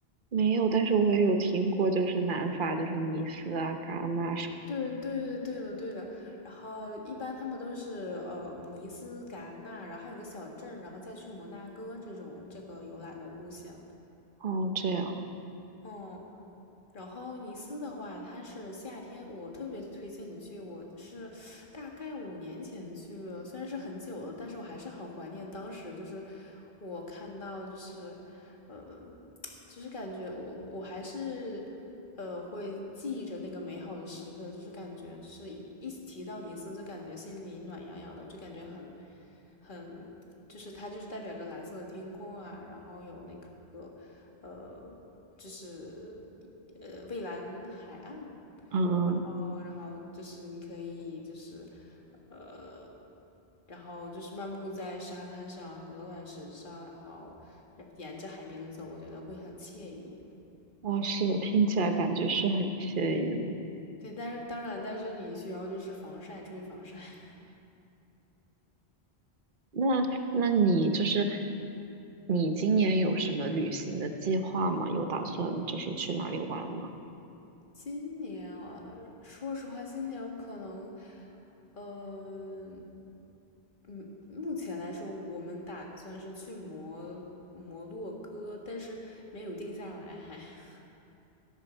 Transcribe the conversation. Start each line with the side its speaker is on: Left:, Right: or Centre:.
Right: 没有，但是我也有听过，就是南法，就是尼斯啊、戛纳什么。
Left: 对对的对的对的，然后一般他们都是呃尼斯、戛纳，然后还有个小镇，然后再去摩纳哥这种这个游览的路线。
Right: 哦，这样，
Left: 哦，然后尼斯的话，它是夏天，我特别推荐你去。我是大概五年前去的，虽然是很久了，但是我还是很怀念当时。就是我看到，就是，呃，就是感觉我我还是，呃，会记忆着那个美好的时刻。就是感觉，就是一一提到尼斯，就感觉心里暖洋洋的，就感觉很很就是它就是代表着蓝色的天空啊，然后有那个呃，就是呃蔚蓝海岸，
Right: 嗯嗯，
Left: 然后然后就是你可以就是呃，然后就是漫步在沙滩上和卵石上，然后沿着海边走，我觉得会很惬意。
Right: 哇，是的，听起来感觉是很惬意呢。
Left: 对，但是当然，但是你需要就是防晒，注意防晒。<laughs>
Right: 那，那你就是你今年有什么旅行的计划吗？有打算就是去哪里玩吗？
Left: 今年啊，说实话，今年可能，呃，嗯，目前来说，我们打算是去摩摩洛哥，但是没有定下来还。<laughs>